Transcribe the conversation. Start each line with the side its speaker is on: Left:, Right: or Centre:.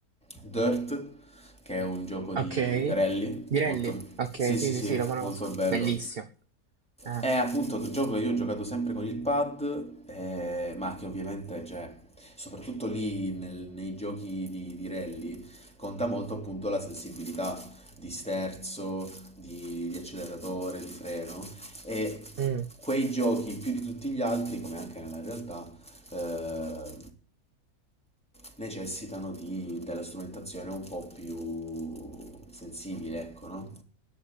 Centre: Dirt, che è un gioco di
Right: Ok,
Centre: rally,
Right: Direlli?
Centre: molto...
Right: Ok,
Centre: Sì, sì,
Right: sì,
Centre: sì,
Right: sì, sì, lo conosco.
Centre: molto bello.
Right: Bellissimo. Eh.
Centre: È appunto un gioco che io ho giocato sempre con il pad, eh, ma che ovviamente, cioè, soprattutto lì nel- nei giochi di, di rally, conta molto appunto la sensibilità di sterzo, di, di acceleratore, di freno. E
Right: Mm.
Centre: quei giochi, più di tutti gli altri, come anche nella realtà, eh, necessitano di- della strumentazione un po' più sensibile, ecco, no?